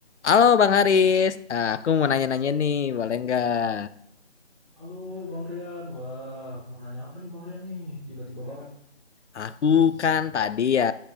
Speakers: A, on the left; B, in the centre.
A: Halo Bang Haris, Ah, aku mau nanya-nanya nih, boleh nggak?
B: Halo Bang Rian, wah mau nanya apa nih Bang Rian nih? Tiba-tiba banget.
A: Aku kan tadi ya,